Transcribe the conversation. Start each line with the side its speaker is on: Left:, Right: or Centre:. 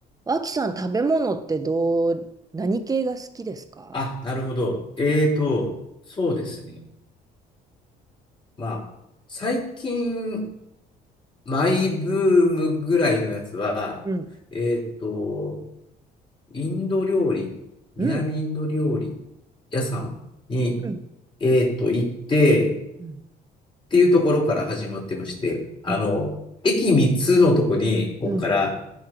Right: 脇さん、食べ物ってどう、何系が好きですか
Left: あ、なるほど。えーと、そうですね。まあ、最近、マイブームぐらいのやつは、
Right: うん、
Left: えーと、インド料理、南インド料理
Right: うん、
Left: 屋さんに、
Right: うん、
Left: えーと、行って、っ
Right: うん、
Left: ていうところから始まってまして、あの、
Right: うん、
Left: 駅3つのとこに、ここから
Right: うん、